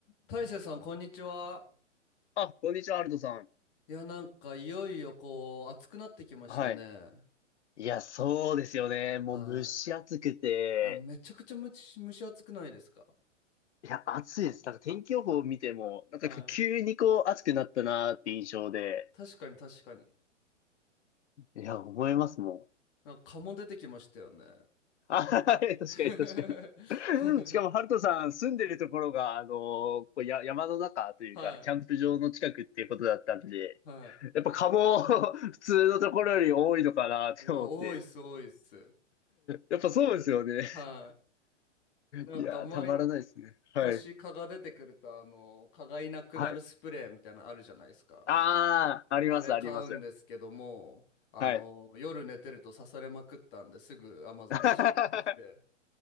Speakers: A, on the left; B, on the left.
A: 大成さん、こんにちは。
B: あ、こんにちは、アルトさん。
A: いや、なんか、いよいよ、こう、暑くなってきましたね。
B: はい。いや、そうですよね。もう蒸し暑くて、
A: はい。いや、めちゃくちゃむち蒸し暑くないですか
B: いや、暑いです。なんか天気予報を見ても、なんか急にこう暑くなったなーって印象で、
A: はい。確かに、確かに。
B: いや、思いますもん。
A: なんか、蚊も出てきましたよね。
B: あ、はい確かに確か
A: <laughs>
B: に。しかも、ハルトさん住んでるところが、あのーこうや、山の中というか、
A: はい。
B: キャンプ場の近くっていうことだったんで、
A: は
B: やっぱ蚊も <laughs> 普通のところより多いのかなって思って。
A: い。いや、多いっす、多いっす。
B: やっぱそうですよね。
A: はい。なんか、
B: いや、
A: 毎
B: たまらないですね。はい。
A: 年蚊が出てくると、あの、蚊がいなくなるスプレーみたいなのあるじゃないですか。
B: はい。ああ、あります、
A: あれ買うんですけども、
B: あります。
A: あの、
B: はい。
A: 夜寝てると刺されまくったんですぐ Amazon
B: <laughs> は
A: で注文して、